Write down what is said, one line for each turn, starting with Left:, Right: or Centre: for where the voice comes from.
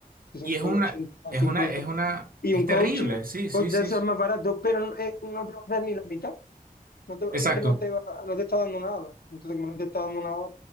Left: sesenta
Right: Y es una,
Left: ochenta
Right: es
Left: cincuenta
Right: una, es una,
Left: y
Right: es
Left: un
Right: terrible.
Left: coaching,
Right: Sí, sí,
Left: coach
Right: sí.
Left: de eso
Right: sí.
Left: es más barato, pero no, eh, no te va a hacer ni la mitad. No te-
Right: Exacto.
Left: es que no te va, no te está dando nada. Entonces, como no te está dando nada,